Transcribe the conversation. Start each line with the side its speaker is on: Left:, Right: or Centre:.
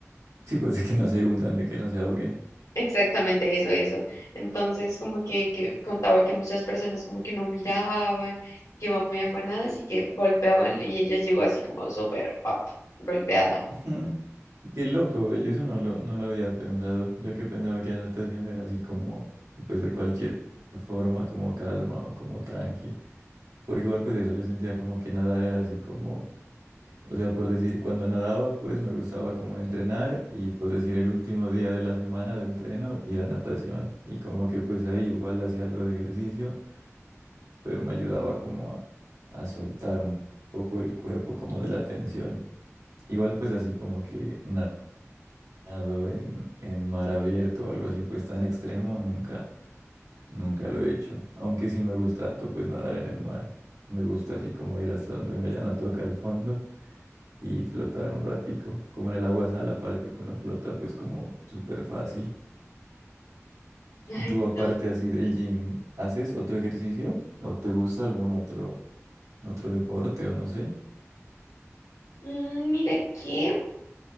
Right: sí, pues de que no se hundan, de que no se ahoguen.
Left: exactamente eso, eso. Entonces, como que, que contaba que muchas personas como que no miraban, que iban muy afanadas y que golpeaban y ella llegó así como súper pap, golpeada.
Right: Ujú. Qué loco, güey, yo eso no lo, no lo había pensado. Yo que pensaba que la natación era así como, pues de cualquier forma, como calma o como tranqui. Porque igual pues eso, yo sentía como que nadar era así como, o sea, por decir, cuando nadaba, pues me gustaba como entrenar y por decir el último día de la semana de entreno, ir a natación. Y como que pues ahí igual hacía algo de ejercicio, pero me ayudaba como a, a soltar un poco el cuerpo como de la tensión. Igual pues así como que nada nadado en, en mar abierto o algo así, pues tan extremo, nunca, nunca lo he hecho. Aunque sí me gusta harto, pues nadar en el mar. Me gusta así como ir hasta donde uno ya no toca el fondo y flotar un ratico. Como en el agua sal, aparte que uno flota, pues como súper fácil.
Left: Ay,
Right: Tú aparte
Left: no.
Right: así del gym, ¿haces otro ejercicio? ¿O te gusta algún otro, otro deporte o no sé?
Left: Mm, mira que,